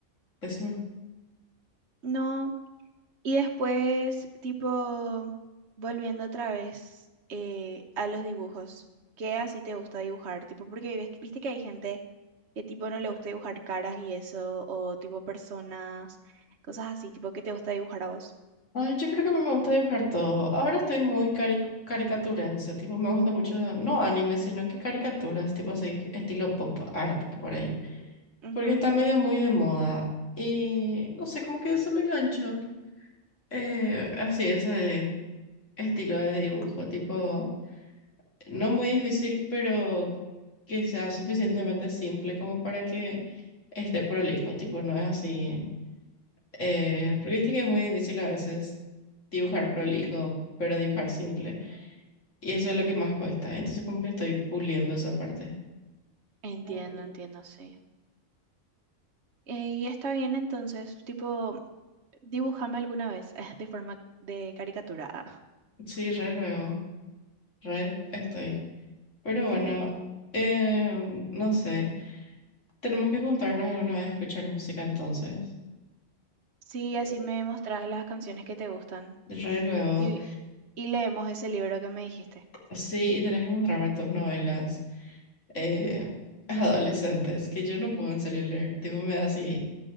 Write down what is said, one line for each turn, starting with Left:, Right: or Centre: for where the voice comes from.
Left: Decime.
Right: no, y después, tipo, volviendo otra vez eh, a los dibujos. ¿Qué así te gusta dibujar? Tipo, porque ves- viste que hay gente que tipo no le gusta dibujar caras y eso, o tipo personas, cosas así, tipo que te gusta dibujar a vos.
Left: Ay, yo creo que a mí me gusta dibujar todo. Ahora estoy muy cari caricaturense, tipo, me gusta mucho, no anime, sino que caricaturas, tipo así, estilo pop art por ahí.
Right: Ujú.
Left: Porque está medio muy de moda. Y no sé, como que se me enganchó. Eh, así, ese estilo de dibujo, tipo, no muy difícil, pero que sea suficientemente simple como para que esté prolijo, tipo, no es así. eh, porque viste que es muy difícil a veces dibujar prolijo, pero dibujar simple. Y eso es lo que más cuesta. Entonces como que estoy puliendo esa parte.
Right: Entiendo,
Left: Entiendo.
Right: entiendo, sí. Eh, y está bien entonces, tipo, dibújame alguna vez <laughs> de forma de caricatura. ah.
Left: Sí, re luego, re estoy. Pero
Right: <laughs>
Left: bueno, eh, no sé. Tenemos que juntarnos alguna vez a escuchar música entonces.
Right: Sí,
Left: Sí,
Right: así me mostrás las canciones que te gustan
Left: Re luego.
Right: y, y leemos ese libro que me dijiste.
Left: Sí, y tenés que mostrarme tus novelas eh,
Right: <laughs>
Left: <laughs> adolescentes, que yo no puedo en serio leer. Tipo, me da así.